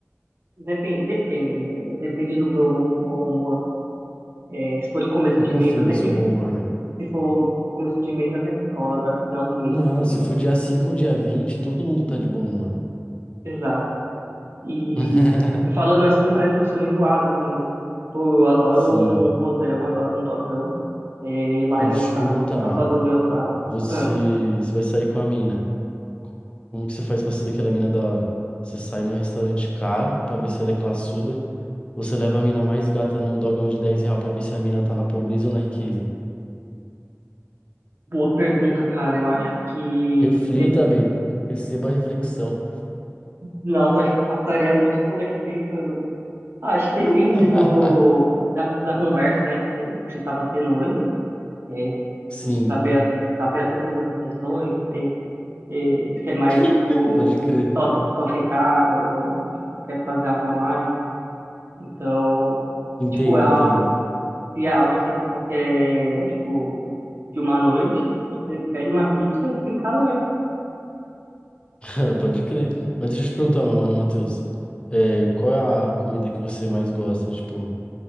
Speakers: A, on the right; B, on the left.
A: Depende, depende, eh, depende do meu mo- bom humor. Eh, se for de começo
B: Eu
A: de
B: confio
A: mês, até
B: no seu
A: que,
B: bom humor, velho.
A: se for começo de mês, até que rola. Agora, final de mês,
B: Não,
A: não-
B: se for dia 5 ou dia 20, todo mundo tá de bom humor.
A: exato. E
B: <laughs>
A: falando assim, parece que eu sou enjoado, né? Mas, pô, eu adoro
B: Sim,
A: um, um podrão, adoro um dogão. Eh, e lá
B: mas
A: em
B: deixa
A: Osasco,
B: eu te perguntar.
A: calçadão de Osasco.
B: Você,
A: Ah,
B: você vai sair com a mina? Como que você faz pra saber que ela é mina da hora? Você sai num restaurante caro pra ver se ela é classuda, ou você leva a mina mais gata num dogão de dez real pra ver se a mina tá na pobreza ou na riqueza?
A: boa pergunta, cara. Eu acho que,
B: Reflita,
A: de-
B: bem, receba a reflexão.
A: nossa, acho que passaria a noite toda aqui pensando. Ah, acho que depende
B: <laughs>
A: do, da, da conversa, né, que você que você tava tendo antes. é,
B: Sim,
A: saber, a- saber as segundas intenções, se tem, é, se quer mais,
B: <laughs>
A: tipo,
B: pode crer.
A: só, só ficar ou, ou, tipo, quer fazer algo a mais. Então,
B: Entendo,
A: é, tipo, é algo,
B: entendo.
A: se é algo assim que você quer, tipo, de uma noite, você pede uma pizza e fica em casa mesmo,
B: <laughs> Pode crer. Mas deixa eu te perguntar, meu mano, Matheus, é, qual é a comida que você mais gosta? Tipo,